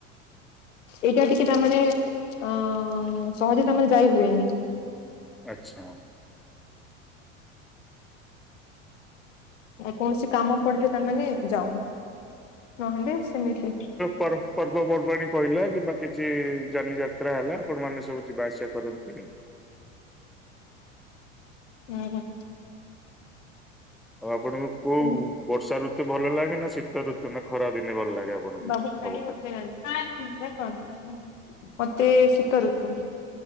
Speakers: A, on the left; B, in the centre.
A: ଏଇଟା ଟିକେ ତାମାନେ ଅଁ -ଅଁ-ଅଁ-ଅ ସହଜେ ତାମାନେ ଯାଇ ହୁଏନି।
B: ଆଚ୍ଛା।
A: ଆଉ କୌଣସି କାମ ପଡିଲେ ତାମାନେ ଯାଉଁ ନହେଲେ ସେମିତି।
B: ପର୍ବ -ପର୍ବ ପର୍ବାଣୀ ପଇଲା କିମ୍ବା କିଛି ଜାନିଯା ଯାତ୍ରା ହେଲା ଆପଣ ମାନେ ସବୁ ଯିବା ଆସିବା କରନ୍ତିନି।
A: ହୁଁ ହୁଁ।
B: ଆଉ ଆପଣଙ୍କୁ କୋଉ
A: ସେମି
B: ବର୍ଷା ଋତୁ ଭଲ ଲାଗେ ନା ଶୀତ ଋତୁ ନା ଖରା ଦିନେ ଭଲ ଲାଗେ ଆପଣଙ୍କୁ?
A: ବାବୁ
B: ସବୁଠାରୁ
A: <unintelligible> ମତେ ଶୀତ ଋତୁ।